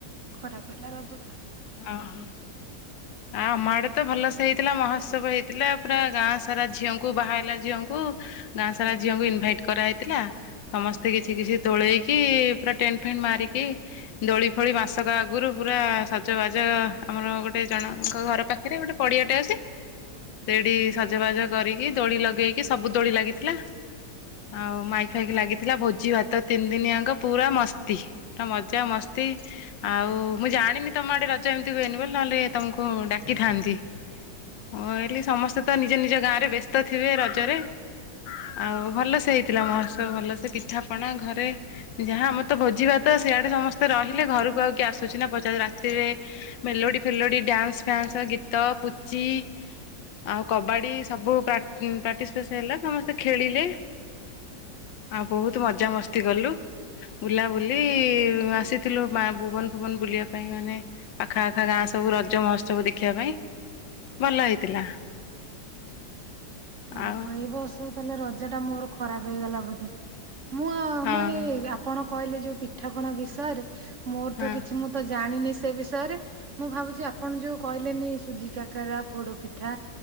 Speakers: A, on the right; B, on the left.
A: ଖରାପ ହେଲା ରଜର୍
B: ଓହୋ। ଆ ଆମ ଆଡ଼େତ ଭଲସେ ହେଇଥିଲା ମହୋତ୍ସବ ହେଇଥିଲା ପୁରା ଗାଁସାରା ଝିଅଙ୍କୁ ବାହା ହେଲା ଝିଅଙ୍କୁ ଗାଁସାରା ଝିଅଙ୍କୁ ଇନଭାଇଟ୍ କରାହେଇଥିଲା। ସମସ୍ତେ କିଛି କିଛି ତୋଳେଇକି ପୁରା ଟେଣ୍ଟ ଫେଣ୍ଟ ମାରିକି ଦୋଳି ଫୋଳି ମାସକ ଆଗରୁ ପୁରା ସ ସଜ ବାଜ ଆମର ଗୋଟେ ଜଣଙ୍କ ଘର ପାଖରେ ଗୋଟେ ପଡ଼ିଆଟେ ଅଛି ସେଇଟି ସଜବାଜ କରିକି ଦୋଳି ଲଗେଇକି ସବୁ ଦୋଳି ଲାଗିଥିଲା ଆଉ ମାଇକି ଫାଇକି ଲାଗିଥିଲା ଭୋଜି ଭାତ ତିନି ଦିନିଆଙ୍କ ପୁରା ମସ୍ତି ପୁରା ମଜା ମସ୍ତି ଆଉ ମୁଁ ଜାଣିନି ତମ ଆଡ଼େ ରଜ ଏମିତି ହୁଏନି ବୋଲି ନହେଲେ ତମକୁ ଡାକିଥାନ୍ତି। ମୁଁ ଭାବିଲି ସମସ୍ତେତ ନିଜ ନିଜ ଗାଁରେ ବ୍ୟସ୍ତ ଥିବେ ରଜରେ ଆଉ ଭଲସେ ହେଇଥିଲା ମହୋତ୍ସବ ଭଲସେ ପିଠାପଣା ଘରେ ଯାହା ଆମରତ ଭୋଜିିଭାତ ସିଆଡ଼େ ସମସ୍ତେ ରହିଲେ ଘରକୁ ଆଉକିଏ ଆସୁଚିନା ପଚାରୁ ରା ତିରେ ମେଲୋଡ଼ି ଫେଲୋଡ଼ି ଡ୍ୟାନ୍ସ ଫ୍ୟାନ୍ସ ଗୀତ ପୁଚି ଆଉ କବାଡ଼ି ସବୁ ପ୍ରାଟି ପାର୍ଟିସିପେସ ହେଲା ସମସ୍ତେ ଖେଳିଲେ ଆଉ ବହୁତ୍ ମଜାମସ୍ତି କଲୁ। ବୁଲାବୁଲି ଆସିଥିଲୁ ମା ବୁବନ ଫୁବନ ବୁଲିବାକୁ ପାଇଁ ମାନେ ପାଖା ଆଖା ଗାଁସବୁ ରଜ ମହୋତ୍ସବୁ ଦେଖିବା ପାଇଁ। ଭଲ ହେଇଥିଲା।
A: ଓହୋ
B: ଆଉ
A: ଏଇ ବର୍ଷ ତାହେଲେ ରଜଟା ମୋର ଖରାପ୍ ହେଇଗଲା ବୋଧ। ମୁଁଅଁ
B: ହଁ
A: ମାନେ ଆପଣ କହିଲେ ଯୋଉ ପିଠାପଣା ବିଷୟରେ ମୋରତ
B: ହଁ
A: କିଛି ମୁଁ ତ ଜାଣିନିସେ ବିଷୟରେ ମୁଁ ଭାବୁଚି ଆପଣ ଯୋଉ କହିଲେନି ସୁଜି କାକରା ପୋଡ଼ ପିଠା